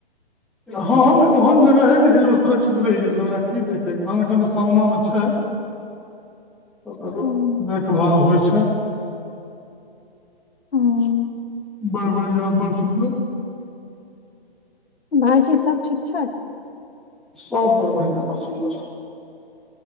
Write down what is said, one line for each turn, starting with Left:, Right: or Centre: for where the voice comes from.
Centre: हँ ओहन जगहे नहि छै जे ओ सुरक्षित रहि जेतै तऽ ओकरा की देखै तहन एखन तऽ सामनामे छै ओ
Left: हँ,
Centre: देखभाल होइ छै अच्छै
Left: हँ,
Centre: बड्ड बढिया बड्ड सुन्दर
Left: भाइजी सब ठीक छै
Centre: सब बड़ बढ़िआ बस सुन्दर